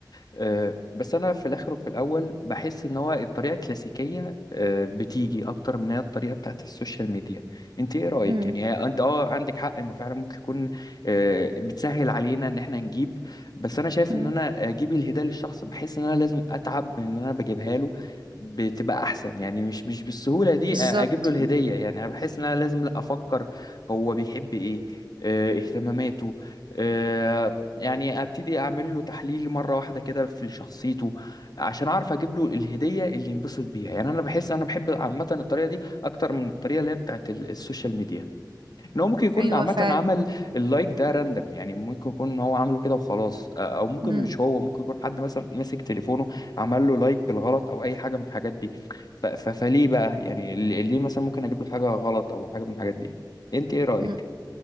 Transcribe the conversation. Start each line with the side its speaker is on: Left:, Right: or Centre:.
Left: آه، بس انا في الاخر وفي الاول بحس ان هو الطريقه الكلاسيكيه آه، بتيجي اكتر من هي الطريقه بتاعت السوشيال ميديا انت ايه رايك
Right: مم،
Left: يعني هي انت اه عندك حق انه فعلا ممكن يكون آه، بتسهل علينا ان احنا نجيب بس انا شايف
Right: مم،
Left: ان انا اجيب الهديه للشخص بحس ان انا لازم اتعب من ان انا بجيبها له بتبقى احسن يعني مش مش بالسهوله دي
Right: بالظبط
Left: أ- اجيب له الهديه يعني انا بحس ان انا لازم لا افكر هو بيحب ايه آه، اهتماماته آه، يعني ابتدي اعمل له تحليل مره واحده كده في شخصيته عشان اعرف اجيب له الهديه اللي ينبسط بيها يعني انا بحس انا بحب عامه الطريقه دي اكتر من الطريقه اللي هي بتاعت ال- السوشيال ميديا ان هو ممكن يكون
Right: ايوه
Left: عامه
Right: فعلا
Left: عمل اللايك ده راندم يعني ممكن يكون ان هو عامله كده وخلاص آه، او ممكن
Right: مم،
Left: مش هو ممكن يكون حد مثلا مسك تليفونه عمل له لايك بالغلط او اي حاجه من الحاجات دي ف- ف- فليه بقى يعني ال- ليه مثلا ممكن اجيب له حاجه غلط او حاجه من الحاجات دي انت ايه رايك
Right: مم.